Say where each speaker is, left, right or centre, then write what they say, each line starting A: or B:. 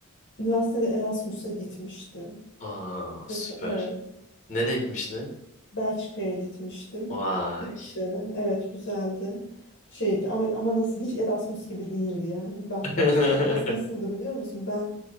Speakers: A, on the left; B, on the left.
A: üniversitede Erasmus'a gitmiştim.
B: Aa süper.
A: Mesela evet.
B: Nereye gitmiş ne?
A: Belçika'ya gitmiştim.
B: Vay.
A: Brüksel'e. Evet güzeldi. Şeydi ama ama nasıl hiç Erasmus gibi değildi yani. Bak
B: <laughs>
A: bak işte nasıl nasıldı biliyor musun? Ben